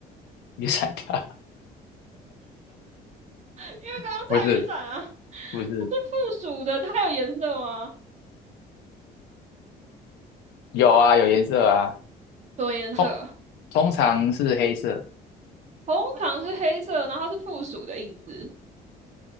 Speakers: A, on the left; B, on the right.
A: 你想它
B: 为刚刚在雨伞啊，
A: <laughs> 不是？不是，
B: 它是附属的，它有颜色吗？
A: 有啊，有颜色啊，
B: 什么颜色？
A: 通通常是黑色，
B: 红糖是黑色，然后是附属的印子